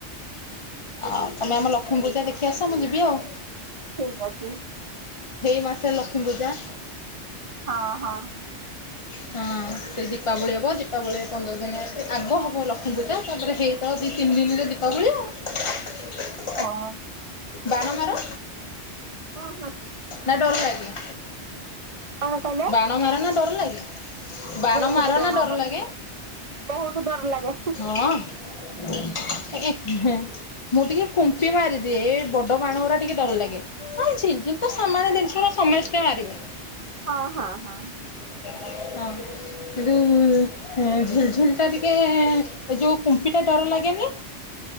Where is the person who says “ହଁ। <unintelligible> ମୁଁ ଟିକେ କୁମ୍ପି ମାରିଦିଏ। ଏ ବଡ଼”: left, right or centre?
Left